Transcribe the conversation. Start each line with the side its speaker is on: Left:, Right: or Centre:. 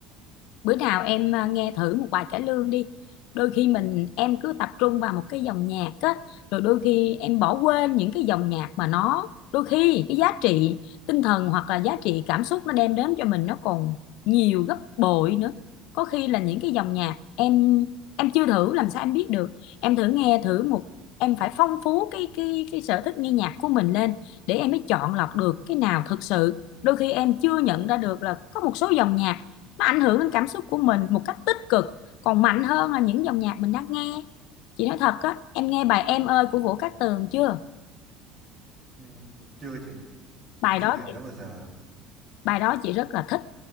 Left: bữa nào em à, nghe thử một bài cải lương đi đôi khi mình em cứ tập trung vào một cái dòng nhạc á rồi đôi khi em bỏ quên những cái dòng nhạc mà nó đôi khi cái giá trị tinh thần hoặc là giá trị cảm xúc nó đem đến cho mình nó còn nhiều gấp bội nữa có khi là những cái dòng nhạc em em chưa thử làm sao em biết được em thử nghe thử một em phải phong phú cái cái cái sở thích nghe nhạc của mình lên để em mới chọn lọc được cái nào thực sự đôi khi em chưa nhận ra được là có một số dòng nhạc nó ảnh hưởng đến cảm xúc của mình một cách tích cực còn mạnh hơn là những dòng nhạc mình đang nghe chị nói thật á em nghe bài Em ơi của Vũ Cát Tường chưa
Right: Ừ. chưa chị em
Left: bài
Right: chưa
Left: đó
Right: nghe bài đó bao giờ
Left: bài đó chị rất là thích